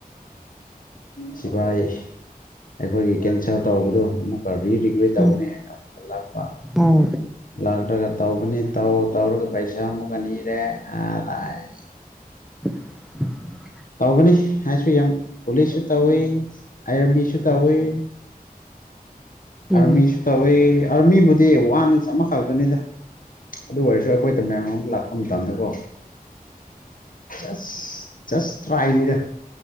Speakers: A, on the left; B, in the centre.
A: ꯁꯤꯐꯥꯏ ꯑꯩꯈꯣꯏꯒꯤ ꯀꯦꯟꯁꯦꯜ ꯇꯧꯕꯗꯨ ꯑꯃꯨꯛ ꯔꯤ ꯔꯤꯒꯨꯂꯦꯠ ꯇꯧꯅꯤ
B: ꯎꯝ
A: ꯍꯥꯏꯅ ꯑꯃꯨꯛꯀ ꯂꯥꯛꯄ
B: ꯑꯣ
A: ꯂꯥꯛꯂꯒ ꯇꯧꯒꯅꯤ ꯇꯧ ꯇꯧꯔꯒ ꯄꯩꯁꯥ ꯑꯃꯨꯛꯀꯅꯤꯔꯦ ꯑꯥꯔ ꯑꯥꯏ
B: <inaudible>
A: ꯇꯧꯕꯅꯤ ꯍꯥꯏꯁꯨ ꯌꯥꯝ ꯄꯨꯂꯤꯁꯁꯨ ꯇꯧꯏ ꯑꯥꯏ ꯑꯥꯔꯕꯤꯁꯨ ꯇꯧꯏ ꯑꯥꯔꯃꯤꯁꯨ
B: ꯎꯝ
A: ꯇꯧꯏ ꯑꯥꯔꯃꯤꯕꯨꯗꯤ ꯋꯥꯟꯁ ꯑꯃꯈꯛꯇꯅꯦꯗ ꯑꯗꯨ ꯑꯣꯏꯔꯁꯨ ꯑꯩꯈꯣꯏꯗ ꯃꯌꯥꯝ ꯑꯃ ꯂꯥꯛꯄ ꯃꯇꯝꯗꯀꯣ ꯑꯁ ꯆꯁ ꯇ꯭ꯔꯥꯏꯅꯤꯗ